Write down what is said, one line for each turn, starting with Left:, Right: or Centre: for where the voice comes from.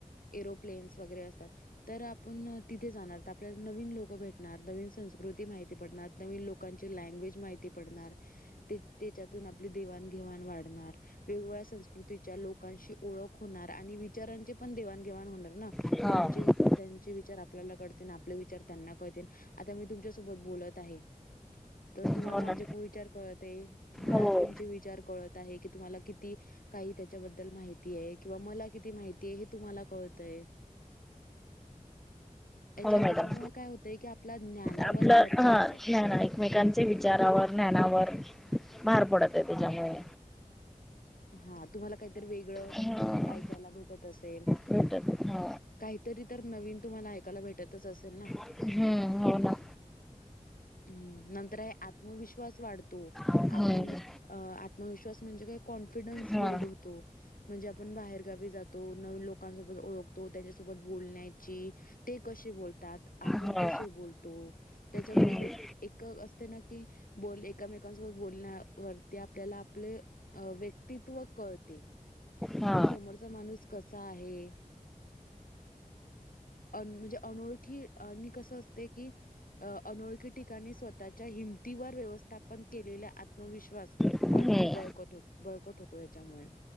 Left: एरोप्लेन्स वगैरे असतात तर आपण. तिथे जाणार आपल्याला नवीन लोक भेटणार नवीन, संस्कृती माहिती पडणार नवीन लोकांची लँग्वेज माहि ति पडणार, ते तेचातून आपली देवाघेवाण वाढणार, वेगगळ्या संस्कृती लोकांशी ओळख होणार, आणि विचारांचे पण देवाणघेवाण होणार, ना
Centre: हो
Left: त्यांचे
Centre: हो
Left: त्यांचे वी चार आपल्याला कडतीन आपले विचार त्यांना कळतीन, आता मी तुमच्या सोबत बोलत आहे. तर तुम्हाला
Centre: हो
Left: माझे
Centre: ना
Left: विचार कळत आहे, मला
Centre: हो
Left: तुमचे विचार कळत आहे की तुम्हाला किती, काही त्याच्याबद्दल माहितिये किंवा मला किती माहितीये हे तुम्हाला कळतय. <unintelligible> येच्या
Centre: मॅडम
Left: येच्यामुळ काय होतंय की आपला, ज्ञानावर
Centre: आपलं
Left: भर पडत
Centre: हा
Left: आहे
Centre: ना एकमेकांच्या विचारावर ज्ञानावर, भार पडत आहे. त्याज्यामुळे,
Left: <inaudible> हा तुम्हाला काहीतरी वेगळं,
Centre: ह
Left: ऐकायला भेटत असेल.
Centre: भेटत ह
Left: काहीतरी तर नवीन तुम्हाला ऐकायला भेटतच असेल ना,
Centre: हम्म हो ना,
Left: <inaudible> हम् नंतर आहे, आत्मविश्वास वाढतो,
Centre: हम्म
Left: आपण अ आत्मविश्वास म्हणजे काय? कॉन्फिडन्स
Centre: हा
Left: बिल्ड होतो. म्हणजे आपण बाहेरगावी जातो, नवी लोकांसोबत ओळखतो त्यांच्यासोबत बोलण्याची ते कश बोलतात आपण
Centre: हा
Left: कशे बोलतो त्याच्यामुळ
Centre: हम्म
Left: व्यक एक असतंयना की बोल, एमेकांसोबत बोलण्यावरती आपल्याला आपले अ व्यक्तित्व कळते.
Centre: हा
Left: कि समोरचा माणूस कसा आहे, अ म्हणजे अनोळखी अणि कस असते, की अ अनोळखी ठिकाणी स्वतःच्या हि तीवर व्यवस्थापन केलेला, आत्मविश्वास
Centre: हम्म
Left: बट बळकत बळकट होतो याच्यामुळे, <inaudible>